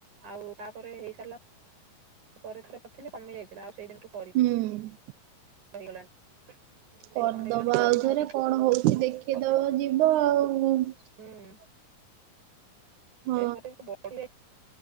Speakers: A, on the right; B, on the right.
A: ଆଉ ତାପରେ ହେଇସାରିଲା। ପରେ ଥରେ କରିଥିଲି କମି ଯାଇଥିଲା। ଆଉ ସେଇଦିନଠୁ।
B: ହୁଁ।
A: <unintelligible> ଦି
B: କରିଦବା
A: ବର୍ଷ ଖଣ୍ଡେ ହେଇଗଲାଣି କରିନି
B: ଆଉ ଥରେ
A: ଟେଷ୍ଟ
B: କ'ଣ ହଉଛି? ଦେଖେଇଦବ
A: କରିନି।
B: ଯିବ ଆଉ।
A: ହୁଁ <inaudible>
B: ହଁ